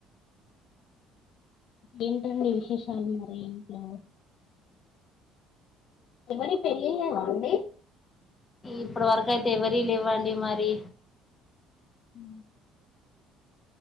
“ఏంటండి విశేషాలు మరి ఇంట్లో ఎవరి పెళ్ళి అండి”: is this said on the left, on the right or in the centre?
Left